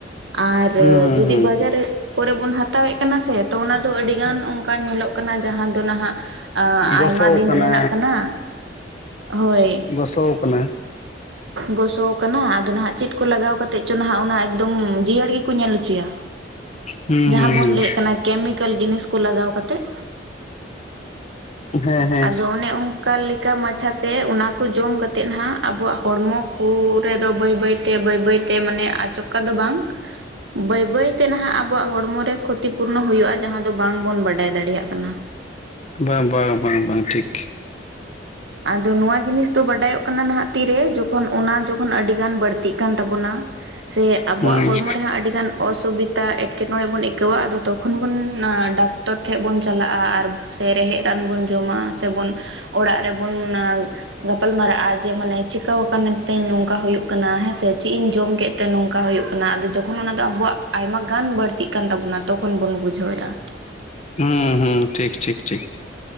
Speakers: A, on the right; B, on the left.
A: ᱟᱨ
B: ᱦᱩᱸ ᱦᱩᱸ
A: ᱡᱩᱫᱤ
B: ᱦᱩᱸ
A: ᱵᱟᱡᱟᱨ
B: ᱦᱩᱸ
A: ᱠᱚᱨᱮ ᱵᱚᱱ ᱦᱟᱛᱟᱣ ᱮᱫ ᱠᱟᱱᱟ ᱥᱮ ᱛᱚ ᱚᱱᱟ ᱫᱚ ᱟᱹᱰᱤ ᱜᱟᱱ ᱚᱱᱠᱟ ᱧᱮᱞᱚᱜ ᱠᱟᱱᱟ ᱡᱟᱦᱟᱸ ᱫᱚ ᱱᱟᱦᱟᱜ ᱟᱸ
B: ᱜᱚᱥᱚ
A: ᱟᱭᱢᱟ ᱫᱤᱱ
B: ᱟᱠᱟᱱᱟ
A: ᱨᱮᱱᱟᱜ ᱠᱟᱱᱟ ᱦᱳᱭ᱾
B: ᱜᱚᱥᱚᱣ ᱠᱟᱱᱟ
A: ᱜᱚᱥᱚ ᱠᱟᱱᱟ ᱟᱫᱚ ᱱᱟᱦᱟᱜ ᱪᱮᱫ ᱠᱚ ᱞᱟᱜᱟᱣ ᱠᱟᱛᱮᱜ ᱪᱚ ᱱᱟᱦᱟᱜ ᱩᱱᱟᱹᱜ᱾ ᱮᱠᱫᱚᱢ ᱡᱤᱭᱟᱹᱲ ᱜᱮᱠᱚ ᱧᱮᱞ ᱦᱚᱪᱚᱭᱟ
B: ᱦᱩᱸ
A: ᱡᱟᱦᱟᱸ
B: ᱦᱩᱸ
A: ᱵᱚᱱ
B: ᱦᱩᱸ
A: ᱞᱟᱹᱭᱮᱫ ᱠᱟᱱᱟ᱾ ᱠᱮᱢᱤᱠᱮᱞ ᱡᱤᱱᱤᱥ ᱠᱚ ᱞᱟᱜᱟᱣ ᱠᱟᱛᱮᱫ
B: ᱦᱮᱸ ᱦᱮᱸ
A: ᱟᱫᱚ ᱚᱱᱮ᱾ ᱚᱠᱟ ᱞᱮᱠᱟ ᱢᱟᱪᱷᱟᱛᱮ ᱚᱱᱟ ᱠᱚ ᱡᱚᱢ ᱠᱟ ᱠᱟᱛᱮᱫ ᱦᱟᱸᱜ ᱟᱵᱚᱣᱟᱜ ᱦᱚᱲᱢᱚ ᱠᱚ ᱨᱮᱫᱚ ᱵᱟᱹᱭ ᱵᱟᱹᱭᱛᱮ ᱵᱟᱹᱭ ᱵᱟᱹᱭᱛᱮ ᱢᱟᱱᱮ ᱟᱪᱚᱠᱟ ᱫᱚ ᱵᱟᱝ᱾ ᱵᱟᱹᱭ ᱵᱟᱹᱭ ᱛᱮ ᱱᱟᱦᱟᱜ ᱟᱵᱚᱣᱟᱜ ᱦᱚᱲᱢᱚᱮ ᱠᱷᱚᱛᱤ ᱯᱩᱨᱱᱚ ᱦᱳᱭᱳᱜ-ᱟ ᱡᱟᱦᱟᱸ ᱫᱚ ᱵᱟᱝ ᱵᱚᱱ ᱵᱟᱰᱟᱭ ᱫᱟᱲᱮᱭᱟᱜ ᱠᱟᱱᱟ᱾
B: ᱵᱟᱝ ᱵᱟᱝ ᱵᱟᱝ ᱵᱟᱝ ᱴᱷᱤᱠ᱾
A: ᱟᱫᱚ ᱱᱚᱣᱟ ᱡᱤᱱᱤᱥ ᱫᱚ ᱵᱟᱰᱟᱭᱚᱜ ᱠᱟᱱᱟ ᱱᱟᱦᱟᱜ ᱛᱤᱨᱮ ᱡᱚᱠᱷᱚᱱ ᱚᱱᱟ ᱡᱚᱠᱷᱚᱱ ᱟᱹᱰᱤ ᱜᱟᱱ ᱵᱟᱹᱲᱛᱤᱜ ᱠᱟᱱ ᱛᱟᱵᱚᱱᱟ᱾ ᱥᱮ ᱟᱵᱚᱣᱟᱜ
B: ᱦᱮᱸ
A: ᱦᱚᱲᱢᱚ ᱨᱮ ᱦᱟᱸᱜ ᱟᱹᱰᱤᱜᱟᱱ᱾ ᱚᱥᱩᱵᱤᱫᱷᱟ ᱮᱴᱠᱮᱴᱚᱬᱮ ᱵᱚᱱ ᱟᱹᱭᱠᱟᱹᱣᱟ ᱟᱫᱚ ᱛᱚᱠᱷᱚᱱ ᱵᱚᱱ ᱰᱟᱠᱛᱚᱨ ᱴᱷᱮᱱ ᱵᱚᱱ ᱪᱟᱞᱟᱜ-ᱟ ᱟᱨ᱾ ᱥᱮ ᱨᱮᱦᱮᱫ ᱨᱟᱱ ᱵᱚᱱ ᱡᱚᱢᱟ ᱥᱮᱵᱚᱱ ᱚᱲᱟᱜ ᱨᱮᱵᱚᱱ᱾ ᱜᱟᱯᱟᱞᱢᱟᱨᱟᱜ-ᱟ ᱡᱮ ᱢᱟᱱᱮ ᱪᱤᱠᱟᱹᱣ ᱠᱟᱱ ᱛᱤᱧ ᱱᱚᱝᱠᱟ ᱦᱳᱭᱳᱜ ᱠᱟᱱᱟ ᱦᱮᱸᱥᱮ ᱪᱮᱫ ᱤᱧ ᱡᱚᱢ ᱠᱮᱫ ᱛᱮ᱾ ᱛᱮ ᱱᱚᱝᱠᱟ ᱦᱳᱭᱳᱜ ᱠᱟᱱᱟ ᱟᱫᱚ ᱡᱚᱠᱷᱚᱱ ᱚᱱᱟ ᱫᱚ ᱟᱵᱚᱣᱟᱜ ᱟᱭᱢᱟ ᱜᱟᱱ ᱵᱟᱹᱲᱛᱤᱜ ᱠᱟᱱ ᱛᱟᱵᱚᱱᱟ ᱛᱚᱠᱷᱚᱱ ᱵᱚᱱ ᱵᱩᱡᱷᱟᱹᱣ ᱮ-ᱟ᱾
B: ᱦᱩᱸ ᱦᱩᱸ ᱴᱷᱤᱠ ᱴᱷᱤᱠ ᱴᱷᱤᱠ